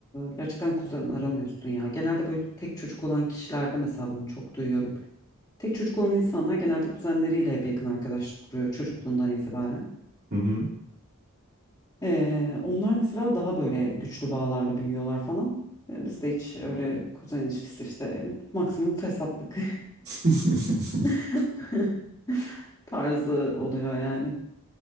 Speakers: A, on the left (about 20°); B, on the right (about 45°).
A: e, gerçekten kuzen aramıyorsun ya. Genelde böyle tek çocuk olan kişilerde mesela bunu çok duyuyorum. Tek çocuk olan insanlar genelde kuzenleriyle hep yakın arkadaşlık kuruyor çocukluğundan itibaren.
B: Hı hı.
A: E, onlar mesela daha böyle güçlü bağlarla büyüyorlar falan. E, bizde hiç öyle kuzen ilişkisi işte maksimum fesatlık
B: <laughs>
A: <laughs> tarzı oluyor yani.